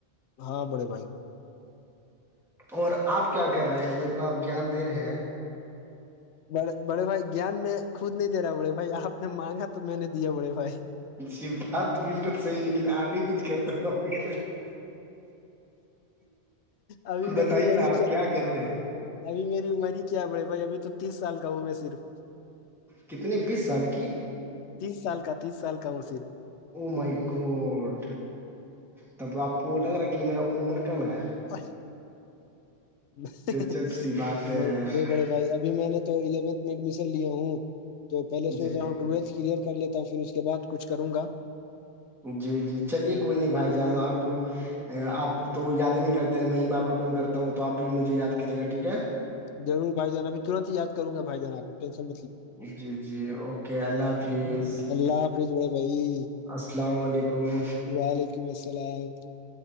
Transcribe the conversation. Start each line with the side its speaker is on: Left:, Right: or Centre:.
Left: ہاں بڑے بھائی
Centre: اور آپ کیا کر رہے ہیں جو اتنا آپ جان دے رہے ہیں
Left: بڑے بڑے بھائی گیان میں خود نہیں دے رہا بڑے بھائی آپ نے مانگا تو میں نے دیا بڑے بھائی
Centre: جی بات تو بالکل صحیح لیکن ابھی کچھ کرتے نہ
Left: ابھی میری
Centre: بتائیے
Left: عمر
Centre: نا
Left: ہی
Centre: آپ
Left: کیا
Centre: کر رہے ہیں
Left: ابھی میری عمر ہی کیا بڑےی بھائی ابھی تو تیس سال کا ہوں میں صرف
Centre: کتنے بیس سال کی
Left: تیس سال کا تیس سال کا مصیر
Centre: مائی کوٹ تب تو آپ کو لگ رہا ہے کہ میرا عمر کم ہے
Left: و نہیں
Centre: جب سی بات ہے
Left: نہیں بڑے بھائی ابھی میں نے تو الیونتھ میں ایڈمیشن لیا ہوں تو پہلے
Centre: جی
Left: سوچ رہا ہوں ٹویلتھ کلیئر کر لیتا ہوں پھر اس کے بد کچھ کروں گا
Centre: جی جی چلیے کوئی نہیں بھائی جان آپ آپ تو یاد ہی نہیں کرتے ہیں میں ہی بار بار کال کرتا ہوں تو آپ بھی مجھے یاد کیجیے گا ٹھیک ہے
Left: ضورھائی جان ابھی ترت ہی یا کر گا بائی جان آپ کو ٹشن
Centre: جی جی اوکے اللہ حافظ
Left: اللہ بڑے بھائی
Centre: السلام علیکم
Left: وعلیکم السلام